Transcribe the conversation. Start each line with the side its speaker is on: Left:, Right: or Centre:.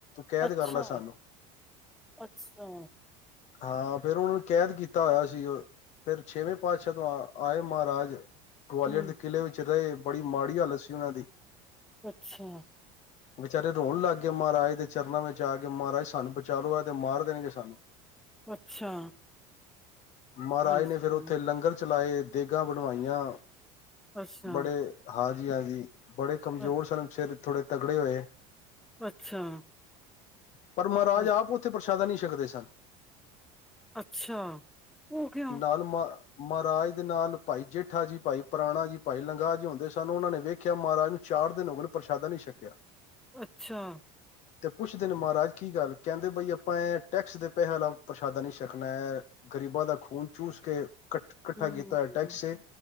Left: ਕੈਦ
Centre: ਅੱਛਾ,
Left: ਕਰ ਲੈ ਸਾਨੂੰ
Centre: ਅੱਛਾ
Left: ਹਾਂ ਫੇਰ ਉਹਨਾਂ ਨੂੰ ਕੈਦ ਕੀਤਾ ਹੋਇਆ ਸੀ, ਉਹ ਫੇਰ ਛੇਵੇਂ ਪਾਤਸ਼ਾਹ ਤੋਂ ਆ ਆਏ ਮਹਾਰਾਜ। ਗਵਾਲੀਅਰ
Centre: ਹੂੰ,
Left: ਦੇ ਕਿਲ੍ਹੇ ਵਿੱਚ ਰਹੇ। ਬੜੀ ਮਾੜੀ ਹਾਲਤ ਸੀ ਉਹਨਾਂ ਦੀ
Centre: ਅੱਛਾ
Left: ਵਿਚਾਰੇ ਰੋਣ ਲੱਗ ਗਏ ਮਹਾਰਾਜ ਦੇ ਚਰਨਾਂ ਵਿੱਚ ਆ ਕੇ ਮਹਾਰਾਜ ਸਾਨੂੰ ਬਚਾਲੋ ਹੈ ਤੇ ਮਾਰ ਦੇਣਗੇ ਸਾਨੂੰ।
Centre: ਅੱਛਾ,
Left: ਮਹਾਰਾਜ
Centre: ਅੱਛਾ,
Left: ਨੇ ਫੇਰ ਉੱਥੇ ਲੰਗਰ 'ਚ ਚਲਾਏ ਦੇਗਾਾਂ ਬਣਵਾਈਆਂ।
Centre: ਅੱਛਾ,
Left: ਬੜੇ ਹਾਂ। ਜੀ ਹਾਂਜੀ ਬੜੇ ਕਮਜ਼ੋਰ
Centre: ਅ
Left: ਸਨ ਫਿਰ ਥੋੜੇ ਤਗੜੇ ਹੋਏ।
Centre: ਅੱਛਾ
Left: ਪਰ ਮਹਾਰਾਜ
Centre: ਅ
Left: ਆਪ ਉੱਥੇ ਪ੍ਰ ਜਾਦਾ ਨਹੀਂ ਛਕਦੇ ਸਨ
Centre: ਅੱਛਾ ਉਹ ਕਿ
Left: ਨਾਲ ਮ ਮਹਾਰਾਜ ਦੇ ਨਾਲ ਭਾਈ ਜੇਠਾ ਜੀ ਭਾਈ ਪੁਰਾਣਾ ਜੀ ਭਾਈ ਲੰਗਾ ਜੀ ਹਉਂਦੇ ਸਨ ਉਹਨਾਂ ਨੇ ਵੇਖਿਆ ਮਹਾਰਾਜ ਨੂੰ ਚਾਰ ਦਿਨ ਹੋ ਗ ਪ੍ਰਸ਼ਾਦਾ ਨਹੀਂ ਛਕਿਆ
Centre: ਅੱਛਾ-
Left: ਤੇ ਪੁੱਛਦੇ ਨੇ ਮਹਾਰਾਜ ਕੀ ਗੱਲ ਕਹਿੰਦੇ ਬਈ ਆਪਾਂ ਇਹ ਟੈਕਸ ਦੇ ਪੈਸੇਾ ਪਛਾਦਾ ਨੀ ਸਕਣਾ ਹੈ ਗ਼ਰੀਬਾਂ ਦਾ ਖੂਨ ਚੂਸ ਕੇ- ਕੱਠ‌ ਕੱਠਾ
Centre: ਹੂੰ,
Left: ਕੀਤਾ ਹੋਇਆ ਟੈਕੇ-